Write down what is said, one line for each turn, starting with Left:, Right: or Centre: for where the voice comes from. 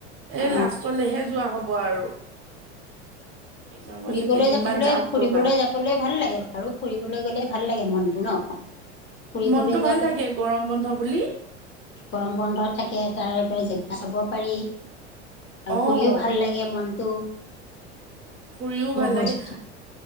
Right: এই
Left: অ
Right: লাষ্টলৈহে যোৱা হ'ব আৰু। এইবাৰ মই ভাবিছো
Left: ফুৰিবলৈ
Right: কেইদিনমান
Left: যাবলৈ
Right: যাওক
Left: ফুৰিবলৈ
Right: ৰ'বা
Left: যাবলৈ ভাল লাগে বাৰু, ফুৰিবলৈ গলে ভাল লাগে মনটো ন? ফুৰিবলৈ
Right: মনতটো
Left: যোৱাটো
Right: ভাল লাগে গৰম বন্ধ বুলি।
Left: গৰম বন্ধ থাকে তাৰে <unintelligible> জেগা চাব পাৰি। আৰু
Right: অ'
Left: ফূৰিও ভাল লাগে মনতটো।
Right: ফুৰিও ভাল
Left: বস্তু
Right: লাগে।